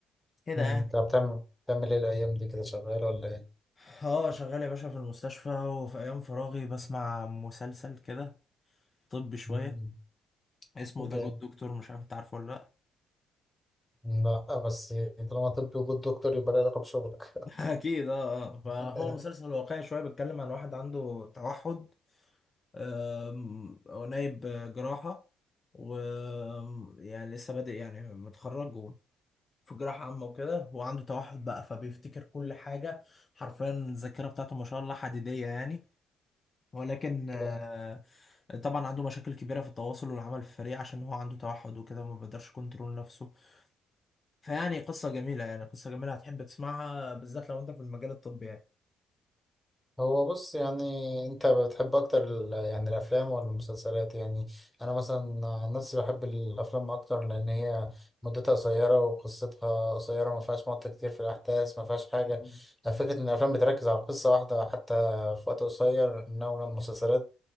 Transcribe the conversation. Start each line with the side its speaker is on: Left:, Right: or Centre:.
Left: كده
Centre: مم،
Left: يعني
Centre: انت بتعمل بتعمل ايه الايام دي كده شغال ولا ايه
Left: اه شغال يا باشا في المستشفى وفي ايام فراغي بسمع مسلسل كده طبي شويه
Centre: مم،
Left: اسمه ذا
Centre: جامد
Left: جود دكتور مش عارف انت عارفه ولا لا
Centre: لا بس طالما طب وجود دكتور يبقى له علاقة بشغلك
Left: <laughs> اكيد اه آه. فهو
Centre: <laughs>
Left: مسلسل واقعي شويه بيتكلم عن واحد عنده توحد آم، هو نايب جراحه و يعني لسه بادئ يعني متخرج في جراحة عامة وكده وعنده توحد بقى فبيفتكر كل حاجة حرفيا الذاكرة بتاعته ما شاء الله حديدية يعني ولكن آه،
Centre: جامد.
Left: طبعا عنده مشاكل كبيرة في التواصل والعمل في الفريق عشان هو عنده توحد وكده ما بيقدرش كنترول نفسه فيعني قصة جميلة يعني قصة جميلة هتحب تسمعها بالذات لو انت في المجال الطبي يعني
Centre: هو بص يعني انت بتحب اكتر ال... يعني الافلام ولا المسلسلات يعني انا مثلا عن نفسي بحب الافلام اكتر لان هي مدتها قصيره وقصتها قصيره ما فيهاش مط كتير في الاحداث ما فيهاش حاجه
Left: مم.
Centre: فكره ان الافلام بتركز على قصه واحده حتى في وقت قصير انما المسلسلات